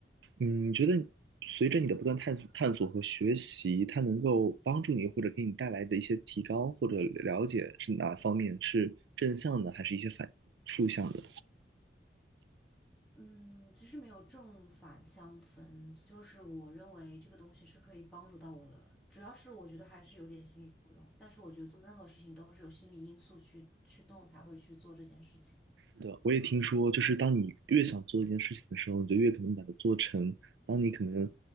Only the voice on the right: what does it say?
嗯，你觉得随着你的不断探索、探索和学习，它能够帮助你或者给你带来的一些提高或者了解是哪方面？是正向的，还是一些反负向的？
是的，我也听说，就是当你越想做一件事情的时候，你就越可能把它做成。当你可能，